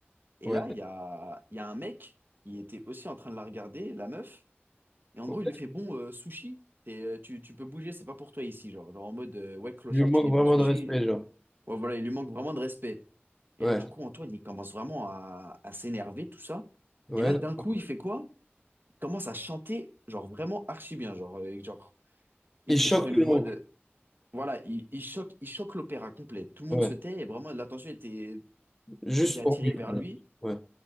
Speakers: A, on the right; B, in the centre.
A: Et
B: Ouais.
A: là, il y a, il y a un mec qui était aussi en train de la regarder, la meuf. Et en
B: ouais.
A: gros, il lui fait, bon, euh, sushi, t'es, euh, tu, tu peux bouger, c'est pas pour toi ici. Genre, genre en mode, euh, ouais, clochard,
B: Il lui manque
A: tu livres
B: vraiment
A: des sushis.
B: de respect, genre.
A: Ouais, voilà, il lui manque vraiment de respect. Et
B: Ouais,
A: là, du coup, Antoine, il commence vraiment à, à s'énerver, tout ça.
B: ouais.
A: Et là,
B: non.
A: d'un coup, il fait quoi? Il commence à chanter, genre, vraiment archi bien. Genre, euh, genre il
B: Il
A: lui
B: choque
A: sort une
B: tout
A: voix
B: le monde.
A: de... Voilà, il, il choque, il choque l'opéra complet. Tout le
B: Ouais.
A: monde se tait et vraiment l'attention était,
B: Juste
A: était attirée
B: pour lui.
A: vers
B: voilà.
A: lui.
B: Ouais.